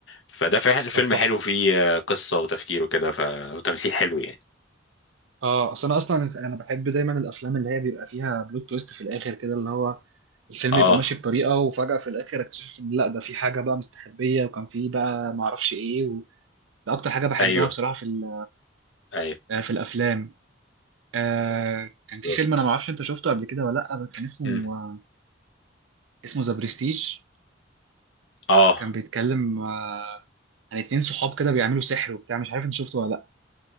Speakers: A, on the left; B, on the right.
A: فده فعلا فيلم
B: طب تحفه
A: حلو فيه آه، قصة وتفكير وكده ف... وتمثيل حلو يعني
B: اه اصل انا اصلا انا بحب دايما الافلام اللي هي بيبقى فيها بلوت تويست في الاخر كده اللي هو الفيلم
A: اه
B: يبقى ماشي بطريقه وفجاه في الاخر اكتشف ان لا ده في حاجه بقى مستخبيه وكان في بقى ما اعرفش ايه و... ده اكتر حاجه بحبها
A: ايوه
B: بصراحه في ال-
A: ايوه
B: آه، في الافلام آه كان
A: بالظبط
B: في فيلم انا ما اعرفش انت شفته قبل كده ولا لا كان اسمه
A: مم.
B: آه، اسمه ذا بريستيج
A: اه
B: كان بيتكلم آه، عن اتنين صحاب كده بيعملوا سحر وبتاع مش عارف انت شفته ولا لا